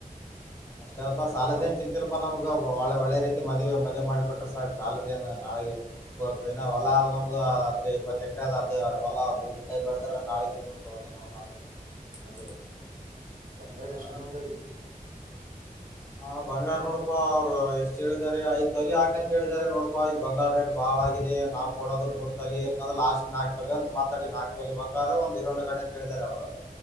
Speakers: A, on the left; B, on the right.
A: ಅಷ್ಟ ಅಲ್ಪಾ
B: ನಮ್
A: ಸಾಲದನ್
B: ತಾವ
A: ಚಿತಿಲ್ಪ ನಮ್ಗ ಒೆ ಒಳ್ಳೆ ರೀತಿ ಮದುವೆ ಮದುವೆ ಮಾಡಿಕೊಟ್ಟು ಸಾ ಸಾಲದ ನಾಳೆಗೆ ಕೊ ಹೊಲ ಆದ ನಮ್ದು ಇಪ್ಪ ಅದ ಅದು ಅವಲ್ಲ ಭೂಮಿ ತಾಯ ಬೆಳದ್ರೆ ನಾಳಗ ಮುಡ್ತವ ಅದೇ
B: ಅದು ಬಂಗಾರ
A: ಹ
B: ಎಷ್ಟಟಮಾ ತಡ ನ
A: ಹಾ ಬಂಗಾರ ನೋಡ್ಪಾ ಅವ್ರು ಎಷ್ಟ್ ಹೇಳಿದ್ದಾರೆ ಐದ್ ತೊಲಿ ಹಾಕ ಅಂತ ಹೇಳಾರೆ ನೋಡಪಾ ಈಗ ಬಂಗಾರ ದಡ್ ಬಾ ಹಾಾಗಿದೆ ನಾವು ಕೊಡೋದು ಬುರ್ತ ಇಕಂದ್ರೆ ಲಾಸ್ಟ್ ನಾಕಕ್ ತಲಿ ಅಂತ ಮಾತಾಡಿ ನಾಕಕ್ ತಲಿ ಬಂಗಾರ ಒಂದು ಇರೊಂದು ಗಾಡೆ ಹೇಳಿದಿದ್ದಾರೆ ಅವರು